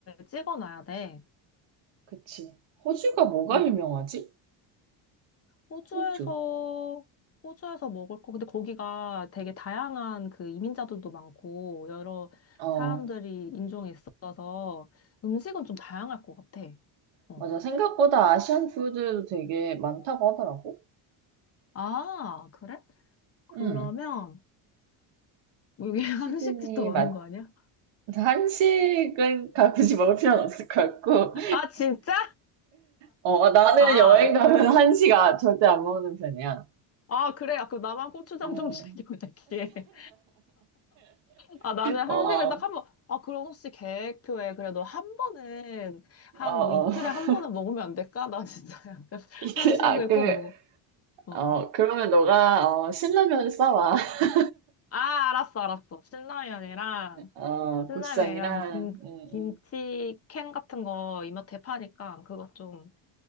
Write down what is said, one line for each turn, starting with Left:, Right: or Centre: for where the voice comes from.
Left: 찍어 놔야 돼.
Right: 그치. 호주가 뭐가
Left: 응.
Right: 유명하지?
Left: 호주에서,
Right: 호주.
Left: 호주에서 먹을 거. 근데 거기가 되게 다양한 그 이민자들도 많고, 여러
Right: 어,
Left: 사람들이 인종이 있어서 음식은 좀 다양할 것 같아. 어.
Right: 맞아. 생각보다 아시안 푸드도 되게 많다고 하더라고.
Left: 아, 그래? 그러면,
Right: 응.
Left: 여기 <laughs> 한식집도
Right: 시드니
Left: 많은
Right: 맛,
Left: 거 아니야?
Right: 한식은 가- 굳이 먹을 필요는 없을 것 같고,
Left: 아, 진짜?
Right: 어, 어, 나는
Left: 아,
Right: 여행 가면 한식 아, 절대 안 먹는 편이야.
Left: 아, 그래. 아, 그럼 나만 고추장
Right: 음,
Left: 좀 <laughs> 챙겨갈게. 아, 나는
Right: 어,
Left: 한식을
Right: 어,
Left: 딱 한 번, 아, 그럼 혹시 계획표에 그래도 한 번은, 한
Right: 어.
Left: 뭐 이틀에 한
Right: <laughs>
Left: 번은 먹으면 안 될까? 나 진짜 약간 <laughs>
Right: 이게,
Left: 한식을
Right: 아, 그,
Left: 꼭 먹어. 어.
Right: 어, 그러면 너가, 어, 신라면 싸와. <laughs>
Left: 아, 알았어, 알았어. 신라면이랑,
Right: 어,
Left: 신라면이랑
Right: 고추장이랑,
Left: 김,
Right: 응,
Left: 김치
Right: 응.
Left: 캔 같은 거 이마트에 파니까 그것 좀,